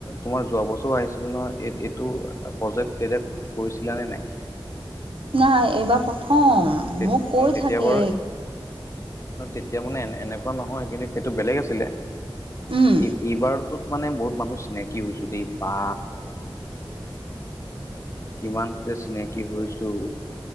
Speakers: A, on the left; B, on the right.
A: তোমাৰ যোৱা বছৰো আহিছিল নহয়, এই এইটো প্ৰজেক্ট, তেতিয়া কৰিছিলা নে নাই?
B: নাই এইবাৰ প্ৰথম।
A: তে
B: মোক কৈ
A: অ', তেতিয়া
B: থাকে
A: বাৰু তেতিয়া মানে এ এনেকুৱা নহয় কিন্তু সেইটো বেলেগ আছিলে
B: উম
A: এই এইবাৰতোত মানে বহুত মানুহ চিনাকি হৈছো দেই বা কিমানকে চিনাকি হৈছো